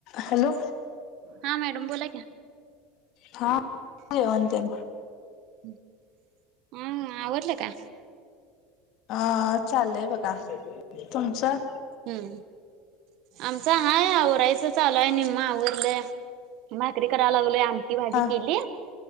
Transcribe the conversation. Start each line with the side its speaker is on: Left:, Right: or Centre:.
Left: हॅलो
Right: हा मॅडम बोला की
Left: हा <inaudible>
Right: <unintelligible> हा आवडलं का
Left: अ चालेय बघा तुमचं
Right: हम्म आमचं हाय आवरायच चालूय निम्मा आवरलं भाकरी करायला लागलोय भाजी
Left: हा
Right: केली